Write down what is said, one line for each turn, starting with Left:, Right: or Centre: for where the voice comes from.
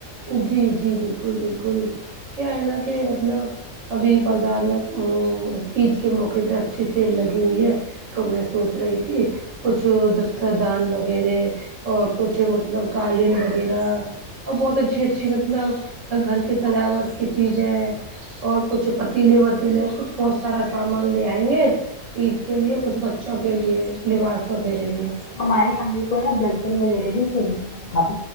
Right: جی جی بالکل بالکل کیا ہے نا کہ مطلب ابھی بازار میں آ عید کے موقعے پہ اچھی سیل لگے ہوئی ہے تو میں سوچ رہی تھی کچھ دستردان وغیرہ اور کچھ مطلب قالین وغیرہ اور بہت اچھی اچھی مطلب گھر کی سجاوٹ کی چیزیں اور کچھ پتیلے وتیلے کچھ بہت سارا سامان لے آئیں گے عید کے لیے کچھ بچوں کے لیے لباس وغیرہ
Left: بالکل
Right: بھی
Left: ہماری امی کو نا برتن وغیرہ بھی چاہے تھاپ